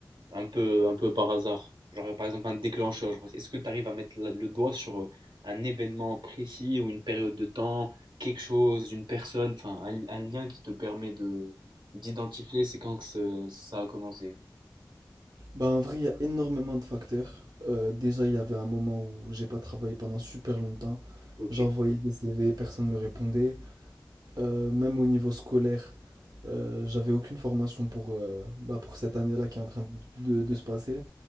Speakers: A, on the right; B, on the right.
A: un peu, un peu par hasard? Genre par exemple un déclencheur. genre, est-ce que tu arrives à mettre la- le doigt sur euh, un événement précis ou une période de temps, quelque chose, une personne, enfin un, un lien qui te permet de d'identifier c'est quand que ce- ça a commencé.
B: Bah, en vrai, il y a énormément de facteurs. Euh, déjà, il y avait un moment où j'ai pas travaillé pendant super longtemps.
A: Ok.
B: J'envoyais des CV, personne ne me répondait. Euh, même au niveau scolaire, euh, j'avais aucune formation pour, euh, bah, pour cette année-là qui est en train de de se passer.